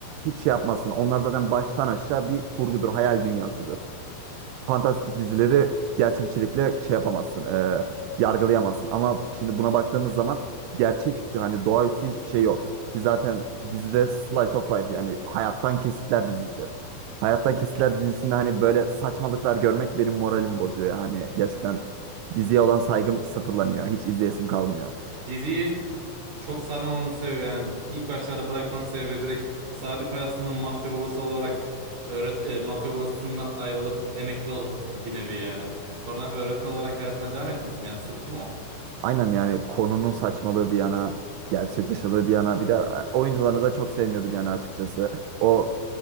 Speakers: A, on the right; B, on the right.
A: hiç şey yapmasın. Onlar zaten baştan aşağı bir kurgudur, hayal dünyasıdır. Fantastik dizileri gerçekçilikle şey yapamazsın, e, yargılayamazsın. Ama şimdi buna baktığımız zaman gerçeküstü hani doğaüstü hiçbir şey yok. Ki zaten dizide Slice of Life yani hayattan kesitler dizisi. Hayattan Kesitler dizisinde hani böyle saçmalıklar görmek benim moralimi bozuyor. Yani gerçekten diziye olan saygım sıfırlanıyor. Hiç izleyesim kalmıyor.
B: Diziyi çok sarmamın sebebi yani ilk başlarda bırakmanın sebebi direkt Sadi Payaslı'nın mafya babası olarak öğret e, mafya babasından ayrılıp emekli olup bir nevi yani. Sonra öğretmen olarak hayatına devam etmişsin yani sırf bu mu?
A: Aynen yani konunun saçmalığı bir yana, gerçek dışılığı bir yana. Bir de e, oyuncularını da çok sevmiyordum yani açıkçası. O